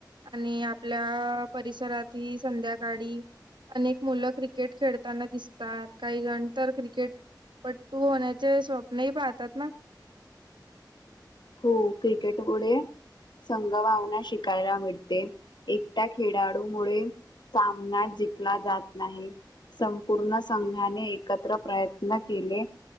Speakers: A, on the right; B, on the left.
A: आणि आपल्या परिसरातही संध्याकाळी अनेक मुलं क्रिकेट खेळताना दिसतात. काही जण तर क्रिकेटपट्टू होण्याचे स्वप्नही पाहतात ना
B: हो क्रिकेट पुढे संघभवना शिकायला मिळते एकटा खेळाडू मु सामना जंकला जात नाही संपूर्ण संघाने एकत्र प्रयत्न केले